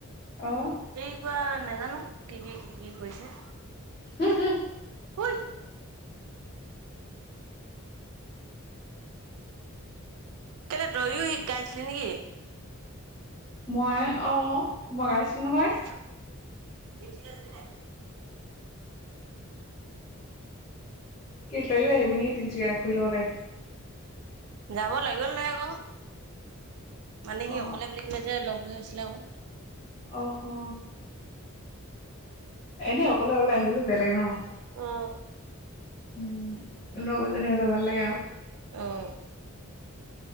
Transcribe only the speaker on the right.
তেৰি কোৱা নাজানো কি কি কি কৰিছে?
ঐ কেলে তয়ো গাইছিলি নেকি?
<unintelligible> <inaudible>
যাব লাগিব নেলাগে ক? মানে সি
অকলে বুলি কিনে যে লগ ধৰি আছিলে ক '।
অঁ।
অঁ,